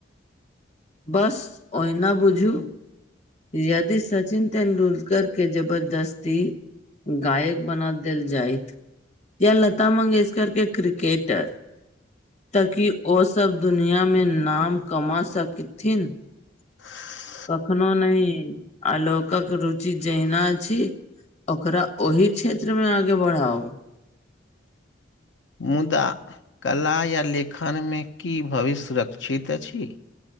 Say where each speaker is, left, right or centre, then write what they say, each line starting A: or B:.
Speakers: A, on the left; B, on the left.
A: बस, ओहिना बुझू। यदि सचिन तेंदुलकर के जबरदस्ती गायक बना देल जायत या लता मंगेेशकर के क्रिकेटर त कि ओ सब दुनियामे नाम कमा सकी ीन
B: <unintelligible>
A: कखनो नहि, आलक रुचि जना छी ओकरा ओहि क्षेत्र मे आगे बढ़ाउ।
B: मुदा, कला या लेखनमे की भविष्य सुरक्षित अछि।